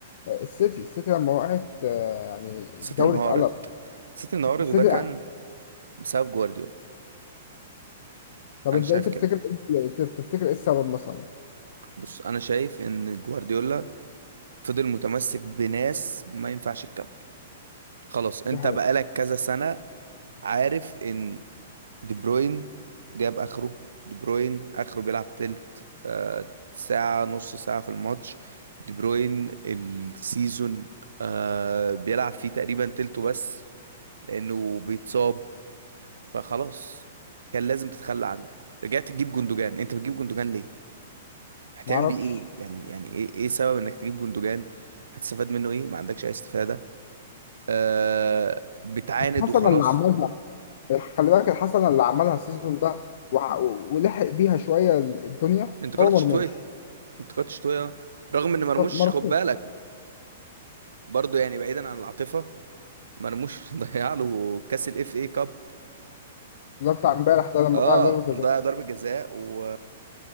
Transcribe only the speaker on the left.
آه، السيتي السيتي لما وقعت آه، يعني
الدوري
اتقلب
السيتي
يعني.
طب
انت
ايه تفتكر
إيه؟ تفتكر ايه السبب مثلا؟
دي حقيقة
معرفش
حسب
اللي عملها خلي بالك الحسنة اللي عملها السيزون ده وع- ولحق بيها شوية الدنيا
هو مرموش
طب مرموش
ده بتاع
امبارح ده لما
ضيع ضربة جزاء